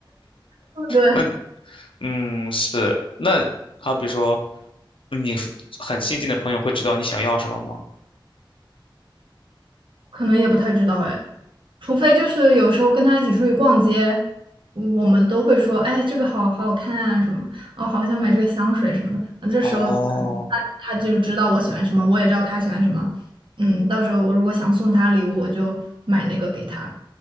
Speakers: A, on the right; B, on the left.
A: 对不对？
B: 那你。嗯，是。那好比说，你很亲近的朋友会知道你想要什么吗？
A: 可能也不太知道哎，除非就是有时候跟他一起出去逛街，我们都会说，哎，这个好好好看啊什么，哦，好想买这个香水什么的。那这时候他
B: 哦，
A: 他就是知道我喜欢什么，我也知道他喜欢什么。嗯，到时候我如果想送他礼物，我就买那个给他。